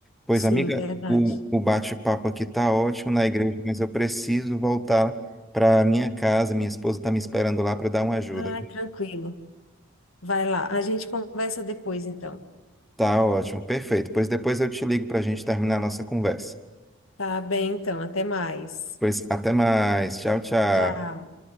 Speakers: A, in the centre; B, on the left.
A: Pois,
B: sim,
A: amiga,
B: verdade.
A: o, o bate-papo aqui tá ótimo na igreja, mas eu preciso voltar para minha casa. Minha esposa está me esperando lá para dar uma ajuda.
B: Ai, tranquilo. Vai lá, a gente conversa depois, então.
A: Tá ótimo, perfeito. Pois depois eu te ligo para a gente terminar a nossa conversa.
B: Tá bem, então, até mais.
A: Pois até mais. Tchau, tchau.
B: Tchau.